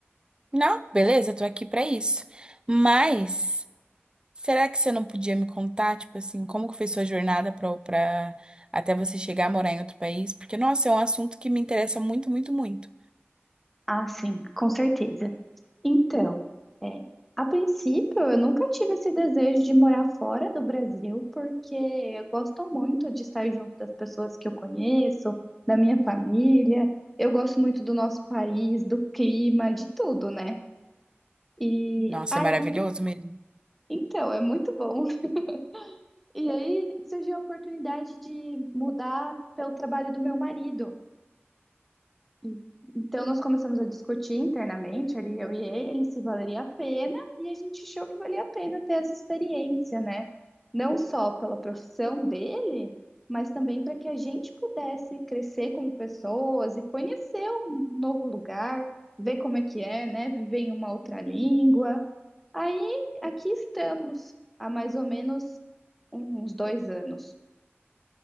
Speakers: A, on the right; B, in the centre.
A: Não, beleza, tô aqui pra isso. Mas será que você não podia me contar, tipo assim, como que foi sua jornada pra, pra até você chegar a morar em outro país? Porque, nossa, é um assunto que me interessa muito, muito, muito.
B: Ah, sim, com certeza. Então, é, a princípio, eu nunca tive esse desejo de morar fora do Brasil, porque eu gosto muito de estar junto das pessoas que eu conheço, da minha família. Eu gosto muito do nosso país, do clima, de tudo, né? E
A: Nossa,
B: aí,
A: é maravilhoso mesmo.
B: então, é muito bom. <laughs> E aí surgiu a oportunidade de mudar pelo trabalho do meu marido. E- Então, nós começamos a discutir internamente, ali eu e ele, se valeria a pena, e a gente achou que valia a pena ter essa experiência, né? Não só pela profissão dele, mas também para que a gente pudesse crescer como pessoas e conhecer um novo lugar, ver como é que é, né? Viver em uma outra língua. Aí, aqui estamos, há mais ou menos uns dois anos.